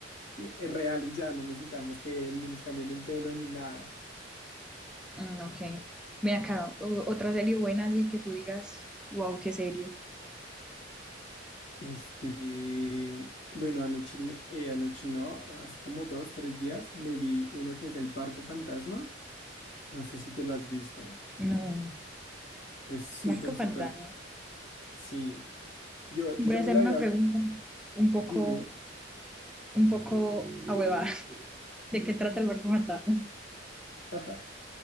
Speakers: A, on the left; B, in the centre.
A: y- es real y ya no necesitamos que ni les cambien el pelo ni nada.
B: Mm, ok. Mira acá, o- otra serie buena así que tú digas, wow, qué serie.
A: Este, bueno, anoche, me- eh, anoche no, hace como dos, tres días me vi uno que es El Barco Fantasma. No sé si te lo has visto.
B: No,
A: Es súper,
B: barco
A: súper.
B: Fantasma.
A: Sí, yo, yo
B: Voy
A: ya
B: a
A: me
B: hacer
A: la
B: una
A: había
B: pregunta
A: visto.
B: un poco,
A: Dime.
B: un poco ahuevada. <laughs> ¿De qué trata el Barco Fantasma?
A: <laughs>